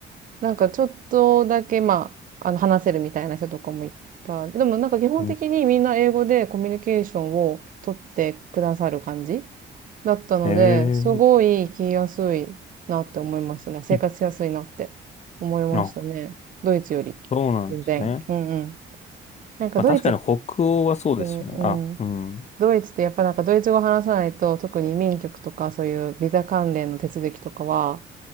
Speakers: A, on the right (about 45°); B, on the left (about 35°).
A: なんかちょっとだけ、まあ、あの話せるみたいな人とかもいた。でもなんか基本的にみんな英語でコミュニケーションを取ってくださる感じ
B: うん。
A: だったので、
B: ええ
A: すごい聞きやすいなって思いましたね。なんか生活しやすいなって思いましたね。
B: いあ、
A: ドイツより。
B: そうなんですね。
A: 全然。うんうん。なんかドイツって、
B: まあ、確かに北欧はそうですよね。
A: うん。
B: あ、うん、
A: ドイツってやっぱなんかドイツ語話さないと、特に移民局とかそういうビザ関連の手続きとかは、